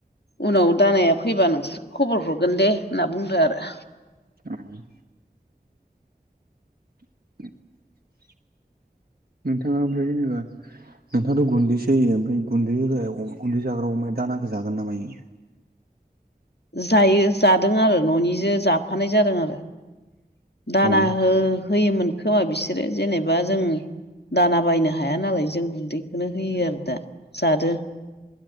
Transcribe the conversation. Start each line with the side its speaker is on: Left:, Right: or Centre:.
Left: उनाव दानाया फैबा नोंसोरखौ खबर हरगोन दे होनना बुंदो आरो।
Right: उम। <unintelligible> नोंथाङा ओमफ्राय जेनेबा नोंथाङाथ' गुन्दैसो होयो ओमफाय गुन्दै होग्रा गुन्दै जाग्रा अमाया दानाखौ जागोन नामा इयो?
Left: जायो जादों आरो न'निजो जाफानाय जादों आरो। दाना
Right: औ
Left: हो-होयोमोन। खोमा बिसोरो जेनेबा जों दाना बायनो हाया नालाय जों गुन्दै बेखौनो होयो आरो दा जादो